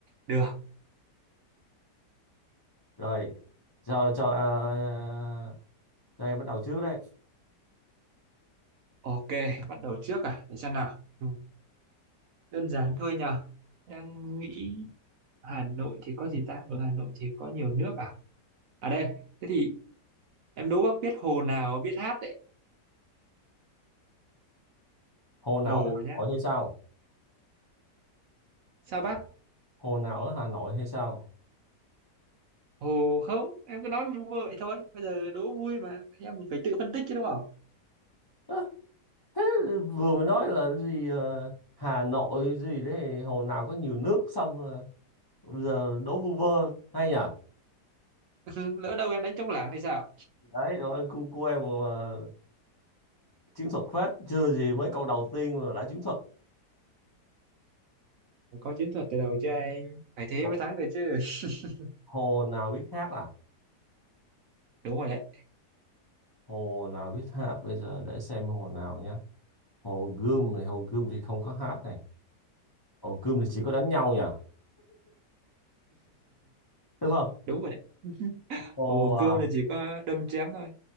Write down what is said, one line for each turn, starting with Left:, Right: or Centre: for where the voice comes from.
Right: được
Left: Rồi, giờ cho ờ, cho em bắt đầu trước đấy.
Right: ok bắt đầu trước à để xem nào ừ. đơn giản thôi nhờ đang nghĩ Hà Nội thì có gì ta ở Hà Nội thì có nhiều nước à À đây, thế thì em đố bác biết hồ nào biết hát đấy.
Left: Hồ nào
Right: Hồ
Left: ở Hà
Right: nhá.
Left: Nội hay sao?
Right: Sao bác?
Left: Hồ nào ở Hà Nội hay sao?
Right: Hồ không, em cứ nói vui vậy thôi. Bây giờ đố vui mà, em phải tự phân tích chứ đúng không?
Left: Ơ, thế vừa mới nói là gì ờ, Hà Nội gì đấy, hồ nào có nhiều nước xong ờ, bây giờ đố vu vơ hay nhỉ?
Right: <laughs> Lỡ đâu em đánh trống lảng hay sao?
Left: Đấy, rồi cô cu em mà chiến thuật phết, chưa gì mấy câu đầu tiên mà đã chiến thuật.
Right: Phải Có chiến thuật từ đầu chứ anh. Phải thế
Left: Hồ,
Right: mới thắng được chứ. <laughs>
Left: hồ nào biết hát à?
Right: Đúng rồi đấy,
Left: Hồ nào biết hát bây giờ để xem hồ nào nhá. Hồ Gươm này, hồ Gươm thì không có hát này. Hồ Gươm thì chỉ có đánh nhau nhỉ? đúng không
Right: đúng rồi đấy.
Left: hồ
Right: Hồ
Left: à,
Right: Gươm là chỉ có đâm chém thôi.